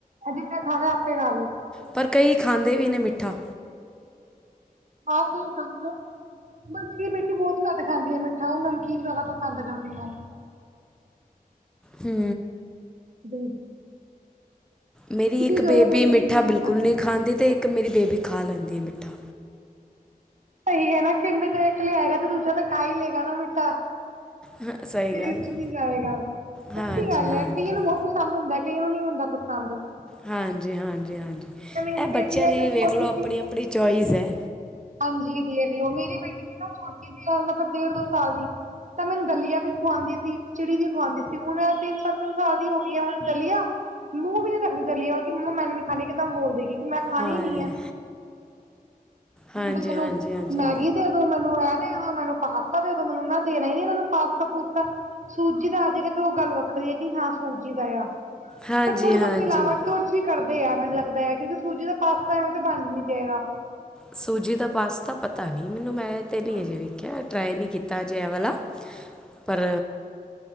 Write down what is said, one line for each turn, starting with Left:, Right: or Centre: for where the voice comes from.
Right: ਉਹ ਜਿੰਨੇ ਖਾਣਾ ਆਪੇ ਖਾ ਲਓ।
Centre: ਪਰ ਕਈ ਖਾਂਦੇ ਵੀ ਨੇ ਮਿੱਠਾ
Right: ਹਾ ਕਈ ਖਾਂਦੇ ਨੇ ਬਲਕਿ ਮੇਰੀ ਬੇਟੀ ਬਹੁਤ ਘੱਟ ਖਾਂਦੀ ਹੈ ਮਿੱਠਾ, ਉਹ ਨਮਕੀਨ ਜ਼ਿਆਦਾ ਪਸੰਦ ਕਰਦੀ ਆ
Centre: ਹੂ
Right: ਜੀ
Centre: ਮੇਰੀ ਇੱਕ ਬੇਬੀ
Right: ਜੋ ਹੈ ਉਹ ਨਮਕੀਨ
Centre: ਮਿੱਠਾ ਬਿਲਕੁਲ
Right: ਖਾ ਲੇਗੀ।
Centre: ਨਹੀਂ ਖਾਂਦੀ, ਤੇ ਇੱਕ ਮੇਰੀ ਬੇਬੀ ਖਾ ਲੈਂਦੀ ਹੈ ਮਿੱਠਾ
Right: ਸਹੀ ਹੈ ਕਿੰਡਰ ਜੋਏ ਇੱਕ ਲਿਆਗਾ, ਤੇ ਦੂਜਾ ਤ ਖਾਈ ਲੇਗਾ ਨਾ ਮਿੱਠਾ,
Centre: ਹਾਂ ਸਹੀ
Right: ਵੇਸਟ
Centre: ਗੱਲ ਆ
Right: ਨਹੀਂ ਜਾਏਗਾ
Centre: ਹਾਂਜੀ
Right: ਅਛੀ ਗੱਲ
Centre: ਹਾਂਜੀ
Right: ਹੈ, ਕਈਆਂ ਨੂੰ ਬਹੁਤ ਪਸੰਦ ਹੁੰਦਾ, ਕਈਆਂ ਨੂੰ ਨੀ ਹੁੰਦਾ ਪਸੰਦ
Centre: ਹਾਂਜੀ ਹਾਂਜੀ ਹਾਂਜੀ,
Right: ਮੇਰੀ
Centre: ਇਹ
Right: ਬੇਟੀ
Centre: ਬੱਚਿਆਂ
Right: ਹੈ
Centre: ਦੀ
Right: ਜੋ
Centre: ਵੀ ਵੇਖ
Right: ਛੋਟੀ
Centre: ਲਓ, ਆਪਣੀ
Right: ਸੀ
Centre: ਆਪਣੀ ਚੋਇਸ ਹੈ
Right: ਹਾਂਜੀ ਦੇਖ ਲਓ ਮੇਰੀ ਬੇਟੀ ਦੀ ਨਾ ਛੋਟੀ ਸੀ ਯਾਰ ਮਤਲਬ ਡੇਢ ਦੋ ਸਾਲ ਦੀ ਤਾਂ ਮੈਨੂੰ ਦਲੀਆ ਵੀ ਖੁਵਾਉਂਦੀ ਸੀ ਖਿਚੜੀ ਵੀ ਖੁਵਾਉਂਦੀ ਸੀ ਹੁਣ ਤਿੰਨ ਸਾਲ ਤਿੰਨ ਸਾਲ ਦੀ ਹੋ ਗਈ ਹੈ ਹੁਣ ਦਲੀਆ ਮੂੰਹ ਵੀ ਨੀ ਦਖਦੀ ਤਰਲੀਲ ਕਿ ਮ ਮੰਮਾੈੂੰ ਨੀ ਖਾਣੀ ਇੱਕਦਮ ਬੋਲ ਦੇਗੀ ਕਿ ਮੈਂ ਖਾਣੀ
Centre: ਹਾਂ
Right: ਹੀ ਨ ਹੈ
Centre: ਹਾਂਜੀ
Right: ਹੁਣ ਤਾਂ ਮੈਨੂੰ
Centre: ਹਾਂਜੀ ਹਾਂਜੀ
Right: ਮੈਗੀ ਦੇ ਮੈਨੂੰ ਇਹ ਦੇ ਦੋ ਮੈਨੂੰ ਪਾਸਤਾ ਦੇ ਦੋ ਮੈਨੂੰ ਮੈਂ ਦੇਣਾ ਹੀਈ ਨ ਮੈਨੂੰ ਪਾਸਤਾ ਪੂਸਤਾ ਸੂਜੀ ਦਾ ਆ ਜੇਗਾ ਤੇ ਉਹ ਗੱਲ ਵੱਖਰੀ ਹੈ ਕਿ ਹਾਂ ਸੂਜੀ ਦਾ ਆ
Centre: ਹਾਂਜੀ
Right: ਪਰ ਥੋੜੀ
Centre: ਹਾਂਜੀ
Right: ਬਹੁਤ ਮੀ ਲ ਆਵਟੇ ਹੋਰ ਕਰਦੇ ਆ ਮੈਨੂੰ ਲੱਗਦਾ ਹੈ ਕਿਕ ਸੂਜੀ ਦਾ ਪਾਸਤਾ ਐਵੇਂ ਤਾਂ ਬਣ ਨੀ ਜਾਏਗਾ
Centre: ਸੂਜੀ ਦਾ ਪਾਸਤਾ ਪਤਾ ਨੀ ਮੈਨੂੰ ਮੈਂ ਤੇ ਨਹੀਂ
Right: ਹਾਂਜੀ
Centre: ਅਜੇ ਵੇਖਿਆ ਟਰਾਈ ਨਹੀਂ ਕੀਤਾ ਅਜੇ ਵਾਲਾ ਪਰ